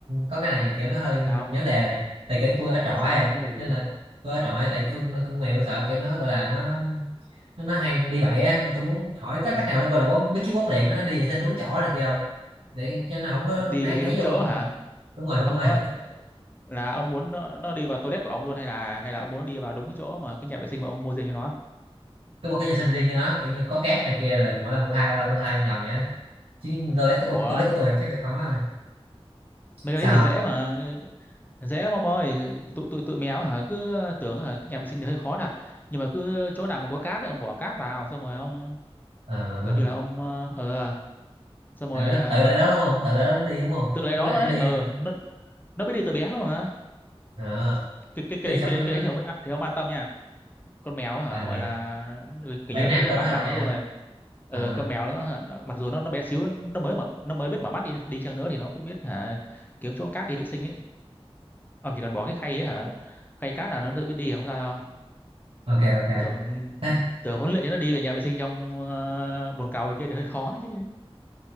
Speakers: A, on the right (about 65°); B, on the left (about 20°).
A: có cái này kiểu nó hơi
B: sao
A: vấn đề này tại kiểu tôi ở trọ ấy
B: sao không có vấn đề gì
A: nên là tôi ở trọ ấy, tại
B: ừ.
A: cứ nó con mèo sợ kiểu nó gọi là nó nó nói hay đi bậy á nên tôi muốn hỏi có
B: Ừ.
A: cách nào để coi là quán biết cái quán liền đó, nó đi vệ sinh đúng chỗ này kia không để cho nó không có
B: đi
A: ấy
B: vệ sinh
A: ấy
B: đúng
A: vô
B: chỗ hả
A: đúng rồi đúng
B: ông
A: rồi
B: có là ông muốn nó, nó đi vào toilet của ông luôn hay là hay là ông muốn nó đi vào đúng cái chỗ mà cái nhà vệ sinh mà ông mua riêng cho nó
A: có một cái nhà sinh riêng cho nó kiểu như có cát này kia rồi mỗi lần tôi thay lâu lâu tôi thay nhần vậy đó. chứ toilet của tôi
B: của
A: toilet của tôi thì chắc là khó rồi.
B: mấy
A: sao
B: cái đấy thì dễ
A: không
B: mà dễ lắm ông ơi tụi tụi tụi mèo hả cứ tưởng hả cái nhà vệ sinh thì hơi khó thật nhưng mà cứ chỗ nào mà có cát thì ông bỏ cát vào xong rồi ông
A: ờ
B: gần như là ông ờ ờ, xong rồi
A: tại nó
B: ờ,
A: tự lại đó đúng không tự lại đó nó đi đúng không
B: tự lấy
A: nó
B: đó
A: nói
B: luôn
A: anh
B: đấy
A: đi
B: ờ
A: xong
B: nó nó biết đi từ bé luôn mà
A: ờ
B: cái cái
A: đi
B: cái đấy
A: xong
B: cái,
A: nó,
B: đấy- cái
A: nó
B: đấy thì ông à, thì ông an tâm nha con mèo hả
A: à,
B: gọi là ừ, kiểu
A: bản
B: như là
A: năng
B: cái đấy
A: của
B: là bản
A: nó là
B: năng
A: vậy
B: của nó
A: hả?
B: luôn rồi ờ,
A: à
B: con mèo nữa hả, nó- mặc dù nó nó bé xíu nó mới mở, nó mới biết mở mắt đi đi chăng nữa thì nó cũng biết hả kiếm chỗ cát đi vệ sinh ấy ông chỉ cần bỏ cái khay ấy hả khay cát là nó tự biết đi à? không sao đâu
A: ok ok
B: tưởng
A: Thế
B: tưởng huấn luyện cho nó đi về nhà vệ sinh trong uh, bồn cầu kia thì hơi khó chứ